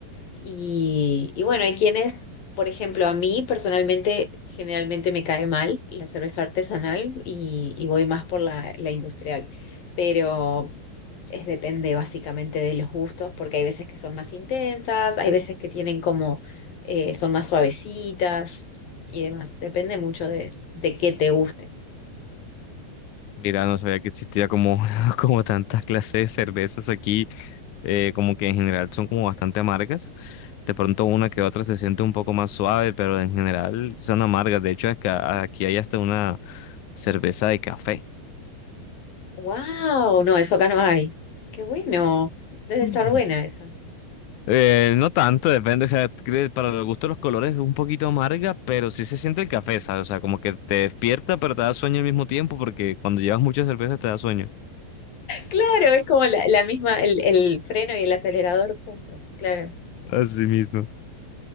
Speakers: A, on the left; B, on the left.
A: Y, y bueno, hay quienes, por ejemplo, a mí personalmente generalmente me cae mal la cerveza artesanal y, y voy más por la, la industrial, pero es depende básicamente de los gustos, porque hay veces que son más intensas, hay veces que tienen como, eh, son más suavecitas y demás, depende mucho de, de qué te guste.
B: Mira, no sabía que existía como, <laughs> como tantas clases de cervezas aquí, eh, como que en general son como bastante amargas. De pronto una que otra se siente un poco más suave, pero en general son amargas. De hecho, es que a- aquí hay hasta una cerveza de café.
A: ¡Wow! No, eso acá no hay. ¡Qué bueno! Debe
B: Mm.
A: estar buena esa.
B: Eh, no tanto, depende, o sea, que para los gustos los colores es un poquito amarga, pero sí se siente el café, ¿sabes? O sea, como que te despierta, pero te da sueño al mismo tiempo, porque cuando llevas muchas cervezas te da sueño.
A: Claro, es como la, la misma, el, el freno y el acelerador juntos, claro.
B: Así mismo.